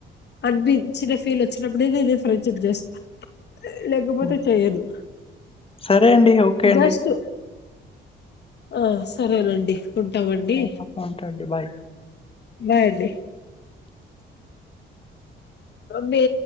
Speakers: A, on the left; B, on the left.
A: అనిపించిన ఫీల్ వచ్చినప్పుడే నేనే ఫ్రెండ్షిప్ చేస్తాను లేకపోతే
B: హ్మ్.
A: చెయదు
B: సరే అండి. ఓకే
A: జస్ట్
B: అండి.
A: ఆ సరేనండి ఉంటామండి
B: హ్మ్. ఉంటా అండి. బాయ్.
A: బయడి అే